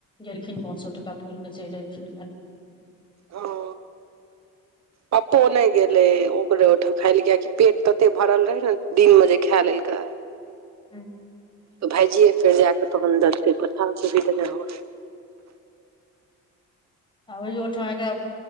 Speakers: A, on the left (about 15°); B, on the right (about 60°).
A: गेलखिन पाँच सए टका पुरि क चलि एलखिन
B: ओ पप्पो नहि गेलै ओकरे ओहिठाम खाय ल कियकि पेट तते भरल रहै ने दिनमे जे खा लेलकै
A: ह्म
B: तऽ भायजियै फेर जा कऽ तहन देलकै पता तऽ नहि हो
A: आ ओहियो ठाम एकरा